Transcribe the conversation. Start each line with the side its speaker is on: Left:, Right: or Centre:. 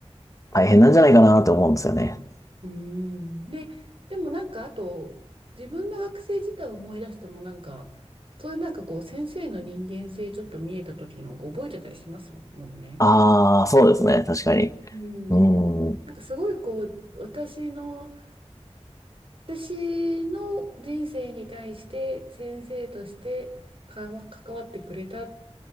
Left: 大変なんじゃないかなと思うんですよね。
Right: うん。で、でもなんかあと、自分の学生時代を思い出してもなんか、そういうなんかこう、先生の人間性ちょっと見えた時の覚えてたりしますもんね。
Left: ああ、そうですね。確かに。
Right: うん。
Left: うん。う
Right: なんかすごいこう、私の、私の人生に対して先生としてかわ関わってくれたっ